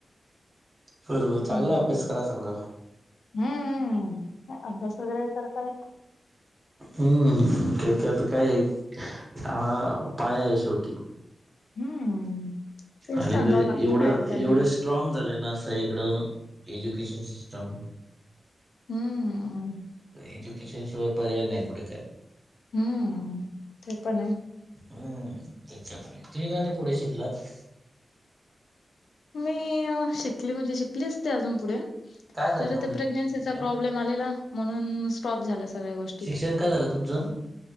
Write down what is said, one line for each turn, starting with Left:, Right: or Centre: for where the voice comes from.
Right: बरोबर,
Left: हम्म
Right: चांगला
Left: हम्म
Right: अभ्यास कराय सांगा.
Left: हम्म, अभ्यास वगैरे करतायत.
Right: हम्म, काकै आता काय आहे, हा पाया आहे शेवटी.
Left: हम्म. तेच
Right: आणि
Left: सांगावं
Right: ताई
Left: लागतं
Right: एवढं
Left: कायम त्यांना
Right: एवढंच स्ट्रॉंग झालय ना सगळीकडं, एज्युकेशन सिस्टम
Left: हम्म्म.
Right: एज्युकेशन शिवाय पर्याय नाही कुठे काय?
Left: हम्म ते पण आहे.
Right: हम्म त्याच्या मुळे तुम्ही का नाही शिकलात?
Left: मी शिकली म्हणजे शिकली असती अजून पुढे
Right: काय झाले
Left: जर
Right: तुमचे
Left: ते प्रेग्नेनसीचा
Right: शिक्षण
Left: प्रॉब्लेम आलेला म्हणून स्टॉप झाला सगळ्या गोष्टी.
Right: शिक्षण काय झालं तुमचं?